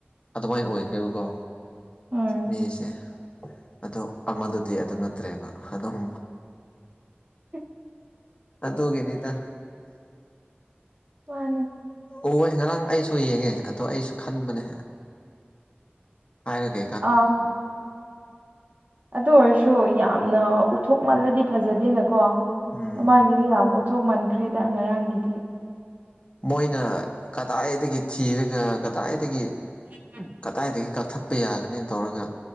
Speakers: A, on the left; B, on the right.
A: ꯑꯗꯨꯃꯥꯏꯅ ꯑꯣꯏꯈ꯭ꯔꯦꯕꯀꯣ
B: ꯍꯣꯏ
A: ꯃꯤꯁꯦ ꯑꯣ ꯑꯃꯗꯨꯗꯤ ꯑꯗꯨ ꯅꯠꯇ꯭ꯔꯦꯕ ꯑꯗꯨꯝ
B: ꯍ <unintelligible>
A: ꯑꯗꯨꯒꯤꯅꯤꯗ
B: ꯃꯥꯅꯦ
A: ꯎꯌꯦ ꯉꯔꯥꯡ ꯑꯩꯁꯨ ꯑꯩꯁꯨ ꯌꯦꯡꯉꯦ ꯑꯗꯣ ꯑꯩꯁꯨ ꯈꯟꯕꯅꯦ ꯍꯥꯏꯔꯒ
B: ꯑꯥ ꯑꯗꯨ ꯑꯣꯏꯔꯁꯨ ꯌꯥꯝꯅ ꯎꯠꯊꯣꯛ ꯃꯥꯜꯂꯗꯤ ꯐꯖꯗꯦꯅꯀꯣ
A: ꯎꯝ
B: ꯃꯥꯥꯏꯒꯤꯗꯤ ꯌꯥꯝ ꯎꯊꯣꯛ ꯃꯟꯈ꯭ꯔꯦꯗ ꯉꯔꯥꯡꯒꯤꯗꯤ
A: ꯃꯣꯏꯅ ꯀꯗꯥꯏꯗꯒꯤ ꯊꯤꯔꯒ ꯀꯗꯥꯏꯗꯒꯤ
B: ꯎ <inaudible>
A: ꯀꯗꯥꯏꯗꯒꯤ ꯀꯛꯊꯠꯄ ꯌꯥꯒꯅꯤ ꯇꯧꯔꯒ